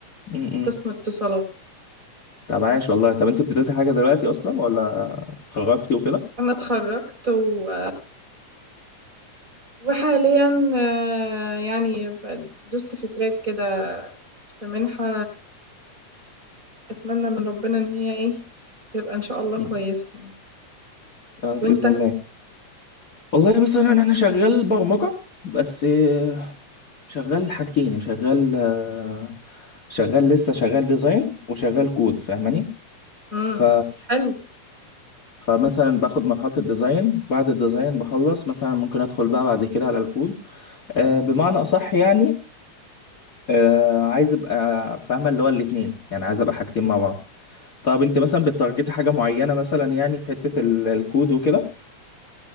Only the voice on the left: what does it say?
م-
م.
طب عايش والله طب انت بتدرسي حاجة دلوقتي اصلا ولا اتخرجتي وكده
م.
آه، بإذن
الله والله مثلا انا شغال برمجة بس آه، شغال حاجتين شغال آه، شغال لسه شغال ديزاين وشغال كود فاهماني
ف
فمثلا باخد مرحلة الديزاين بعد الديزاين بخلص مثلا ممكن ادخل بقى بعد كده على الكود آه، بمعنى اصح يعني آه، عايز ابقى فاهمة اللي هو الاتنين يعني عايز ابقى حاجتين مع بعض طب انت مثلا بتارجتي حاجة معينة مثلا يعني في حتة ال- الكود وكده